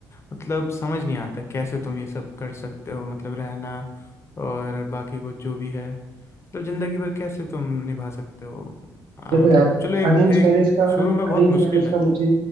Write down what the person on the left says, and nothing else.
मतलब समझ नहीं आता कैसे तुम ये सब कर सकते हो मतलब रहना और बाकी को जो भी है मतलब जिंदगी भर कैसे तुम निभा सकते हो आ,
मतलब
चलो एक
एक
शुरू में बहुत
मुश्किल
है